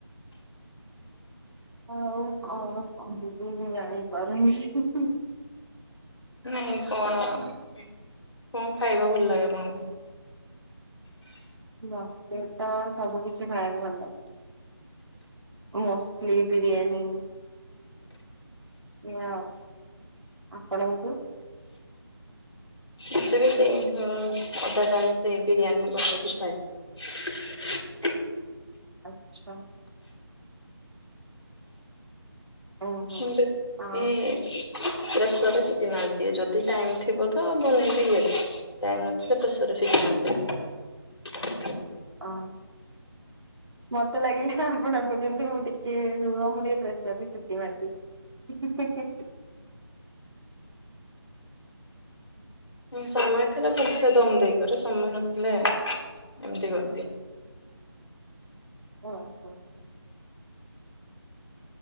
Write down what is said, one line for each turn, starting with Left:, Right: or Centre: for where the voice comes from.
Right: ଆଉ କଣ କହିବି ମୁଁ ଜାଣିପାରୁନି।
Left: ନାଇଁ କଣ କଣ ଖାଇବା ଭଲ ଲାଗେ ଆପଣଙ୍କୁ?
Right: ମତେ ତ ସବୁ କିଛି ଖାଇବାକୁ ଭଲ ଲାଗେ। ମୋଷ୍ଟଲି ବିରିୟାନୀ ଇଆଉ ଆପଣଙ୍କୁ?
Left: ମତେ ବି ସେଇ ହୁଁ ଅଧା ଚାମ ଚେ ବିରିୟାନୀ ବନେଇ କି ଖାଏ।
Right: ଆଚ୍ଛା। ଓହୋ
Left: ମୁଁ ତାକୁ
Right: ଆଉ
Left: ଇଏଁ କରେ। ପ୍ରେସର ରେ ସିଟି ମାରିଦିଏ, ଯଦି ଟାଇମ ଥିବ ତ ବନେଇବି ଇଏରେ ଟାଇମ ନଥିଲେ ପ୍ରେସରରେ ସିଟି ମାରିଦିଏ।
Right: ଓ ମତେ ଲାଗିଲା ଆପଣ କହୁଛନ୍ତି ମୁଁ ଟିକେ ରୁହ ମୁଁ ଟିକିଏ ପ୍ରେସର ରେ ଶିଟି ମାରି ଦିଏ। ହିଁ ହିଁ ହିଁ।
Left: ହଁ ସମୟ ଥିଲେ ଭଲସେ ଦମ ଦେଇକରେ ସମୟ ନଥିଲେ ଏମିତି କରିଦିଏ।
Right: ଓ ହୋ।